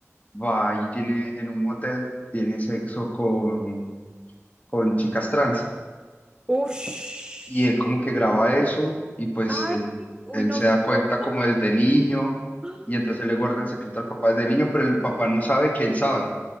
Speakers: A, on the left; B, on the right.
A: va y tiene en un motel, tiene sexo con, con chicas trans
B: Ush.
A: y él como que graba eso y pues
B: Ay,
A: él,
B: uy,
A: él
B: no,
A: se
B: qué
A: da cuenta
B: trauma.
A: como desde niño
B: <gasps>
A: y entonces él le guarda el secreto al papá desde niño, pero el papá no sabe que él sabe,